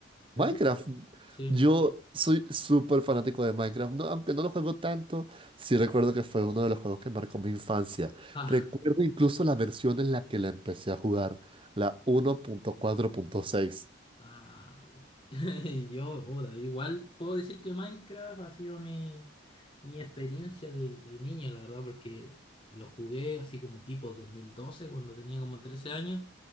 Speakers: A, on the left; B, on the right.
A: Hoy
B: Minecraft.
A: ju- Sí.
B: Yo soy súper fanático de Minecraft, no- aunque no lo juego tanto, sí recuerdo que fue uno de los juegos que marcó mi infancia.
A: Ah,
B: Recuerdo incluso la versión en la que la empecé a jugar, la uno punto punto cuatro punto seis.
A: ah. <laughs> y Yo, puta, igual puedo decir que Minecraft ha sido mi, mi experiencia de, de niño, la verdad, porque lo jugué así como tipo 2012, cuando tenía como 13 años,